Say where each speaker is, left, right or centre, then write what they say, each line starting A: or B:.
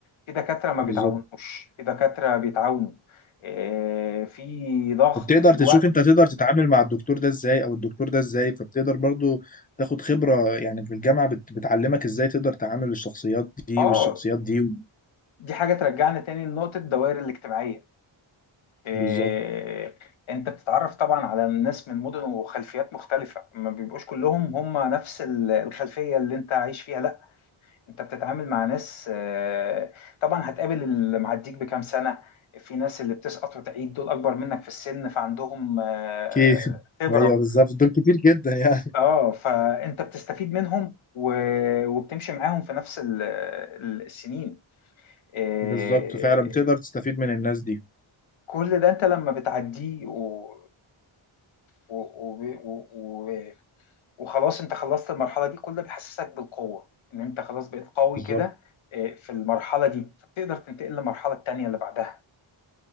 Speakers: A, on the left; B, on the left.
A: في دكاترة ما
B: بالظبط
A: بيتعاونوش في دكاترة بيتعاونوا آه، في ضغط
B: وبتقدر
A: في الوقت
B: تشوف انت تقدر تتعامل مع الدكتور ده ازاي او الدكتور ده ازاي فبتقدر برضو تاخد خبرة يعني في الجامعة بت... بتعلمك ازاي تقدر تعامل الشخصيات دي
A: اه
B: والشخصيات دي
A: دي حاجة ترجعنا تاني لنقطة الدوائر الاجتماعية إيه،
B: بالظبط
A: انت بتتعرف طبعا على الناس من مدن وخلفيات مختلفة ما بيبقوش كلهم هم نفس ال- الخلفية اللي انت عايش فيها لا انت بتتعامل مع ناس آه، طبعا هتقابل اللي معديك بكام سنة في ناس اللي بتسقط وتعيد دول اكبر منك في السن فعندهم آه،
B: كيف <laughs>
A: خبرة
B: ايوه بالظبط دول كتير جدا يعني
A: اه فانت بتستفيد منهم و- وبتمشي معاهم في نفس ال- ال- السنين إيه،
B: بالظبط فعلا بتقدر تستفيد من الناس دي
A: كل ده انت لما بتعديه و- وب- و- و- وخلاص انت خلصت المرحله دي كلها بيحسسك بالقوه ان انت خلاص بقيت قوي
B: بالظبط
A: كده اه، في المرحله دي فبتقدر تنتقل للمرحله التانيه اللي بعدها